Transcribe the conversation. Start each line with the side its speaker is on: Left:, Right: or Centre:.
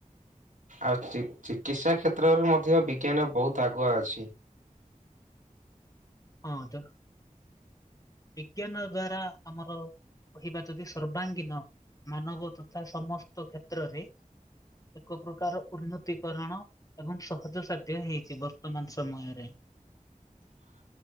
Right: ଆଉ ଚିକିତ୍ସା କ୍ଷେତ୍ରରେ ମଧ୍ୟ ବିଜ୍ଞାନ ବହୁତ ଆଗୁଆ ଅଛି।
Left: ହଁ ତ ବିଜ୍ଞାନ ଦ୍ଵାରା ଆମର କହିବା ଯଦି ସର୍ବାଙ୍ଗୀନ ମାନବ ତଥା ସମସ୍ତ କ୍ଷେତ୍ରରେ ଏକ ପ୍ରକାର ଉନ୍ନତିକରଣ ଏବଂ ସହଜ ସାଧ୍ୟ ହେଇଛି ବର୍ତ୍ତମାନ ସମୟରେ
Right: <inaudible>